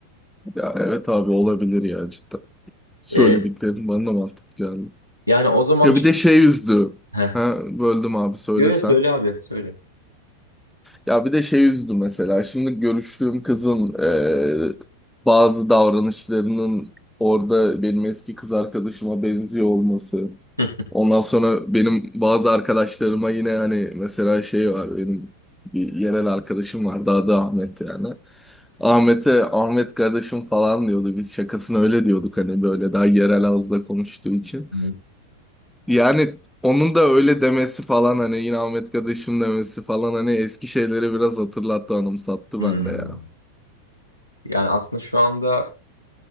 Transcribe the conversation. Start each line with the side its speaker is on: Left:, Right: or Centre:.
Centre: Ya evet abi olabilir ya cidden. Söylediklerin
Left: E,
Centre: bana da mantıklı geldi.
Left: yani o zaman
Centre: Ya
Left: işte...
Centre: bir de şey üzdü.
Left: Heh.
Centre: Ha, böldüm abi söylesen.
Left: Yo, yo, söyle abi, söyle.
Centre: Ya bir de şey üzdü mesela. Şimdi görüştüğüm kızın e, bazı davranışlarının orada benim eski kız arkadaşıma benziyor olması.
Left: <laughs>
Centre: Ondan sonra benim bazı arkadaşlarıma yine hani mesela şey var benim bir yerel arkadaşım vardı adı Ahmet yani. Ahmet'e Ahmet kardeşim falan diyordu. Biz şakasını öyle diyorduk hani böyle daha yerel ağızla konuştuğu için.
Left: Hmm.
Centre: Yani onun da öyle demesi falan hani yine Ahmet kardeşim demesi falan hani eski şeyleri biraz hatırlattı anımsattı
Left: Hmm.
Centre: bende ya.
Left: Yani aslında şu anda